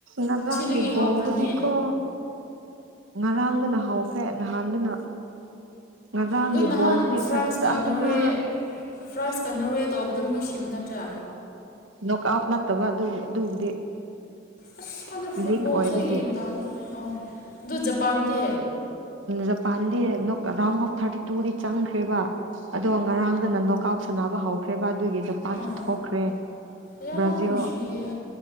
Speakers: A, on the right; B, on the left.
A: ꯉꯔꯥꯡꯒꯤ
B: ꯉꯁꯤꯗꯒꯤ ꯍꯧꯈ꯭ꯔꯅꯤ
A: ꯣꯜꯗꯗꯤꯀꯣ ꯉꯔꯥꯡꯗꯅ ꯍꯥꯎꯈ꯭ꯔꯦ ꯅꯍꯥꯟꯗꯅ ꯉꯔꯥꯡꯒꯤ
B: ꯑꯗꯨ ꯅꯍꯥꯟ
A: ꯕꯣꯜꯗꯤ
B: ꯐ꯭ꯔꯥꯟꯁꯀ
A: ꯐꯖꯕꯅ
B: ꯅꯣꯔꯋꯦ ꯐ꯭ꯔꯥꯟꯁꯀ ꯅꯣꯔꯋꯦ ꯇꯧꯕꯗ ꯃꯣꯏ ꯁꯤꯕ ꯅꯠꯇ꯭ꯔꯥ
A: ꯣꯛ ꯑꯥꯎ ꯅꯠꯇꯕ ꯑꯗꯨ ꯑꯗꯨꯕꯨꯗꯤ
B: ꯑꯁ ꯀꯥꯟꯗ ꯐꯨꯠꯕꯣꯜꯁꯨ
A: ꯂꯤꯛ ꯑꯣꯏꯕꯒꯤ
B: ꯌꯦꯡ ꯇꯥꯔꯦ ꯑ ꯑꯗꯨ ꯖꯄꯥꯟꯗꯤ
A: ꯖꯄꯥꯟ ꯔꯥꯎꯟ ꯑꯣꯐ ꯊꯥꯔꯇꯤ ꯇꯨꯗꯤ ꯆꯪꯈ꯭ꯔꯦꯕ ꯑꯗꯣ ꯉꯔꯥꯡꯗꯅ ꯅꯣꯛ ꯑꯥꯎꯠ ꯁꯥꯟꯅꯕ ꯍꯧꯈ꯭ꯔꯦꯕ ꯑꯗꯨꯒꯤ ꯖꯄꯥꯟꯁꯨ
B: ꯑꯥ
A: ꯊꯣꯛꯈ꯭ꯔꯦ
B: ꯌꯥꯝ
A: ꯕ꯭ꯔꯥꯖꯤꯜ
B: ꯅꯨꯡꯁꯤꯌꯦ